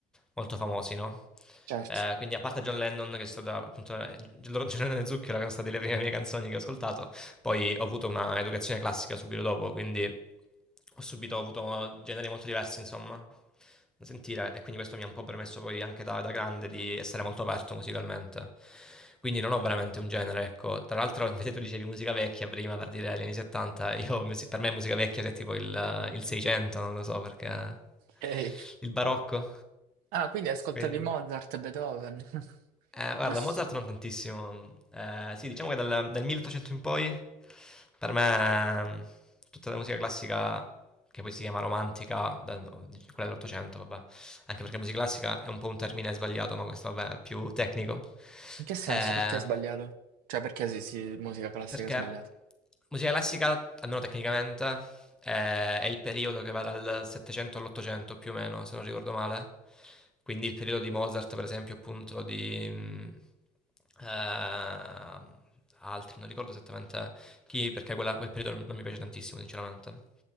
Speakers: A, in the centre; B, on the right.
A: molto famosi, no,
B: Certo.
A: ehm, quindi a parte John Lennon che è stata appunto ehm, John Lennon e Zucchero che erano state le prime mie canzoni che ho ascoltato, poi ho avuto una educazione classica subito dopo, quindi ho subito ho avuto generi molto diversi, insomma, da sentire e quindi questo mi ha un po' permesso poi anche da, da grande di essere molto aperto musicalmente. Quindi non ho veramente un genere, ecco. Tra l'altro, <laughs> invece tu dicevi musica vecchia prima per dire gli anni 70, io, musi- per me musica vecchia è tipo il, il 600, non lo so perché...
B: Ehi.
A: Il barocco.
B: Ah, quindi ascoltavi
A: Quindi...
B: Mozart, Beethoven?
A: Eh, guarda,
B: <laughs>
A: Mozart non tantissimo. Eh, sì, diciamo che dal, dal 1800 in poi, per me, mm, tutta la musica classica, che poi si chiama romantica, da- no, di- quella dell'Ottocento, vabbè, anche perché musica classica è un po' un termine sbagliato, ma questo, vabbè, è più tecnico.
B: In che senso?
A: Eh,
B: Perché è sbagliato? Cioè, perché sì, sì, musica classica
A: perché
B: è sbagliata?
A: musica classica, almeno tecnicamente, è, è il periodo che va dal 700 all'800 più o meno, se non ricordo male. Quindi il periodo di Mozart, per esempio, appunto, di... mh, eh, altri, non ricordo esattamente chi, perché quella- quel periodo non, non mi piace tantissimo, sinceramente.